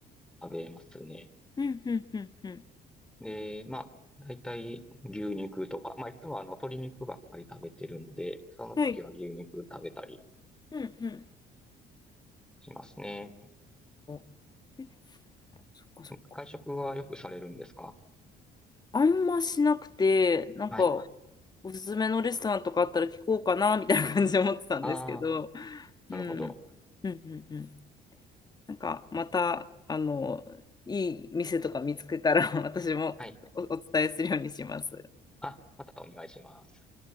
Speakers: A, in the centre; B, on the left (about 25°).
A: 食べますね。
B: うんうんうんうん。
A: で、まあ、大体牛肉とか、まあ、いつもあの、鶏肉ばっかり食べてるので、その時は牛肉食べたり
B: はい。うんうん。
A: しますね。
B: おえそっかそっか。
A: 会食はよくされるんですか
B: あんましなくて、なんか、
A: はい。
B: おすすめのレストランとかあったら聞こうかな、みたいな感じで思ってたんですけど。
A: ああ、なるほど。
B: うん。うんうんうん。なんかまた、あの、いい店とか見つけたら <laughs> 私もお、
A: はい。
B: お伝えするようにします。
A: あ、またお願いします。